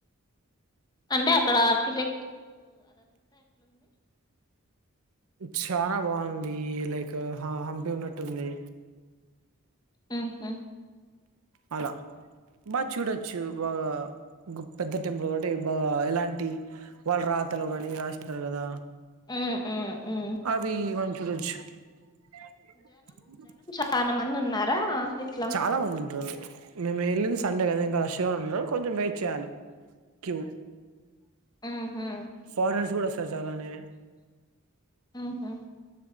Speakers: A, on the left; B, on the right.
A: అంటే అక్కడ అక్కితే
B: చనా బాగుంది లైక్ ఆ హంపి ఉన్నట్టుంది
A: మ్ ఉ
B: అల బాగా చూడొచ్చు, బాగా పెద్ద టెంపుల్ కాటి బాగా ఎలాంటి వాళ్ళు రాతలు కానీ రాసంటారు కదా
A: ఉమ్ ఉమ్ ఉమ్
B: ఆవి <unintelligible>
A: చాన మంది ఉన్నారా ఇట్లా
B: చాలా మంది ఉంటారు మేము వెళ్ళింది సండే కదా ఇంకా ర <unintelligible> కొంచెం వెయిట్ చేయాలి క్యూ
A: ఉహు
B: ఫారినర్స్ కూడా వస్తారు చాలానే
A: ఉహు.